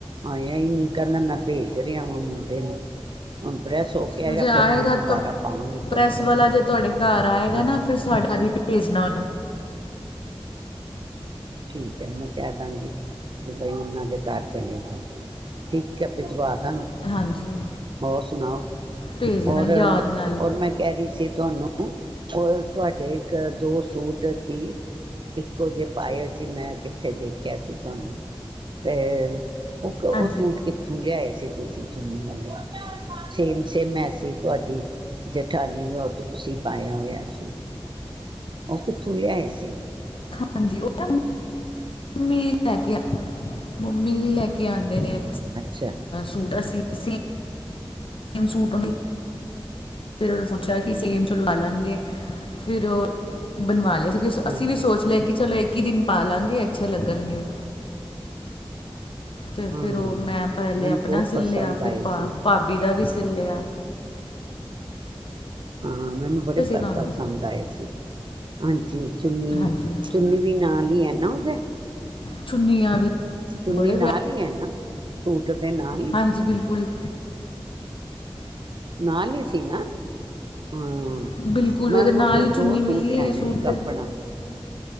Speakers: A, on the right; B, on the left.
A: ਆ ਯ ਇਹ ਨੀ ਕਹਿੰਦਾ ਮੈਂ ਭੇਜ ਰਿਹਾ ਵਾਂ ਮੁੰਡੇ ਨੂੰ ਹੁਣ ਪ੍ਰੈਸ ਹੋ
B: ਚਲੋ
A: ਕੇ ਆਗਏ
B: ਜੇ
A: ਨੇ
B: ਆਏਗਾ
A: ਫੇਿਰ ਮੈਂ ਦੁਬਾਰਾ
B: ਤਾਂ
A: ਪਾਵਾਂਗੀ ਤੁਹਾਨੂੰ
B: ਪ੍ਰੈਸ
A: ਦੱਸਾਂਗੀ
B: ਵਾਲਾ ਜੇ ਤੁਹਾਡੇ ਘਰ ਆਏਗਾ
A: ਹਾਂ
B: ਨਾ ਫਿਰ ਸਾਡਾ ਭੇਜਣਾ ਉਹਨੂੰ
A: ਠੀਕ ਹ ਮੈਂ ਕਹਿ ਦਾਂਗੀ ਕਿ ਬਈ ਉਹਨਾਂ ਦੇ ਘਰ ਚੱਲੇ ਠੀਕ ਹ ਤੇ ਜਵਾਬ
B: ਹਾਂਜੀ
A: ਔਰ ਸੁਣਾਓ
B: ਭੇਜ ਦੇਣਾ
A: ਔਰ
B: ਯਾਦ ਨਾਲ
A: ਔਰ ਮੈਂ ਕਹਿ ਰਹੀ ਮੁੜਕੇ ਜਾਂ ਜੇ ਤੁਹਾਨੂੰ ਤੁਹਾਡੇ ਦੋ ਸੂਟ ਅਸੀਂ ਇੱਕੋ ਜਿਹੇ ਪਾਏ ਜੀ ਮੈਂ ਕਿੱਥੇ ਦੇਖਿਆ ਸੀ ਤੁਹਾਨੂੰ ਤੇ ਉਹ ਉਹ
B: ਹਾਂਜੀ
A: ਸੂਟ ਕੀਤੀ ਲਿਆਏ ਸੀ ਤੁਸੀਂ ਚੁੰਨੀ ਵਾਲੇ ਸੇਮ ਸੇਮ ਮੈਸੇਜ ਤੁਹਾਡੀ ਜੇਠਾਣੀ ਨੇ ਤੁਸੀਂ ਪਾਇਆ ਹੋਇਆ ਸੀ ਉਹ ਕਿੱਥੋਂ ਲਿਆਏ ਸੀ
B: ਹਾਂਜੀ ਉਹ ਮੰਮੀ ਲੈ ਕੇ ਮੰਮੀ ਲੈ ਕੇ ਆਉਂਦੇ ਨੇ
A: ਅੱਛਾ
B: ਸੂਟ ਅਸੀਂ ਸੇਮ ਸੂਟਦੇ ਫਿਰ ਉਹਨ ਸੋਚਿਆ ਕਿ ਸੇਮ ਚਲਵਾ ਲੈਣਗੇ ਫਿਰ ਉਹ ਬਣਵਾ ਲਿਆ
A: ਹਾਂ
B: ਅਸੀਂ ਵੀ ਸੋਚ ਲਿਆ ਕਿ ਚਲੋ ਇੱਕ ਹੀ ਦਿਨ ਪਾ ਲਵਗੇ ਅੱਛੇ ਲੱਗਣਗੇ ਤੇ
A: ਹਾਂ
B: ਫਿਰ ਉਹ ਮੈਂ ਪਹਿਲੇ
A: ਮੈਨੂੰ
B: ਆਪਣਾ
A: ਬਹੁਤ
B: ਸ
A: ਪਸੰਦ
B: ਲਿਆ
A: ਆਏ
B: ਫਿਰ
A: ਸੀ
B: ਭ ਭਾਬੀ ਦਾ ਵੀ ਚੱਲਿਆ
A: ਹਾਂ ਮੈਨੂੰ ਬੜੇ ਪ
B: ਤੁਹਾਨੂੰ
A: ਪਸੰਦ ਆਏ ਸੀ ਹਾਂਜੀ ਜੀ ਚੁੰਨੀ
B: ਹਾਂਜੀ
A: ਚੁੰਨੀ ਵੀ ਨਾਲ ਹੀ ਹੈ ਨਾ ਉਹਦੇ
B: ਚੁੰਨੀਆਂ ਵੀ
A: ਚੁੰਨੀ
B: ਬੜੇ
A: ਨਾਲ
B: ਪਿਆਰੇ
A: ਹੀ ਹੈ ਨਾ ਸੂਟ ਦੇ ਨਾਲ ਹੀ
B: ਹਾਂਜੀ ਬਿਲਕੁਲ
A: ਨਾਲ ਹੀ ਸੀ ਨਾ ਹਮ
B: ਹੀ। ਬਿਲਕੁਲ
A: ਮੈਂ
B: ਉਹਦੇ
A: ਉਹ
B: ਨਾਲ
A: ਜਿਹੇ
B: ਹੀ ਚੁੰਨੀ
A: ਦੋ
B: ਮਿਲੀ
A: ਸੂਟ ਲੈਣੇ
B: ਹੈ ਸੂਟ
A: ਸੀ ਕੱਪਣਾ
B: ਦੇ